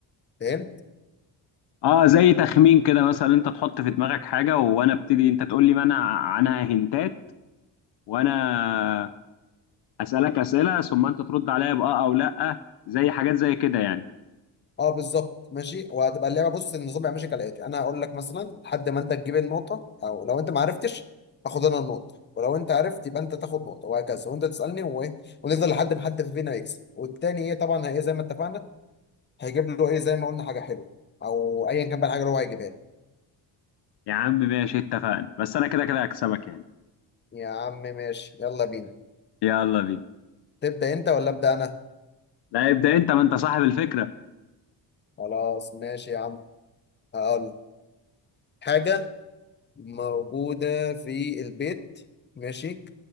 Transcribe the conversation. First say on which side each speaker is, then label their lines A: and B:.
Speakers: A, on the left (about 25°); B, on the left (about 60°).
A: فهمت
B: اه زي تخمين كده مثلا انت تحط في دماغك حاجه وانا ابتدي انت تقول لي منع عنها هنتات وانا اسالك اسئله ثم انت ترد عليا باه او لا زي حاجات زي كده يعني
A: اه بالظبط ماشي وهتبقى اللعبه بص النظام يبقى ماشي كالاتي انا هقول لك مثلا لحد ما انت تجيب النقطه او لو انت ما عرفتش هاخد انا النقطه ولو انت عرفت يبقى انت تاخد نقطه وهكذا وانت تسالني وايه ونفضل لحد ما حد فينا يكسب والتاني ايه طبعا هي زي ما اتفقنا هيجيب له ايه زي ما قلنا حاجه حلوه او ايا كان بقى الحاجه اللي هو هيجيبها لي
B: يا عم ماشي اتفقنا بس انا كده كده هكسبك يعني
A: يا عم ماشي يلا بينا
B: يلا بينا
A: تبدا انت ولا ابدا انا
B: لا ابدا انت ما انت صاحب الفكره
A: خلاص ماشي يا عم هقول حاجة موجودة في البيت ماشي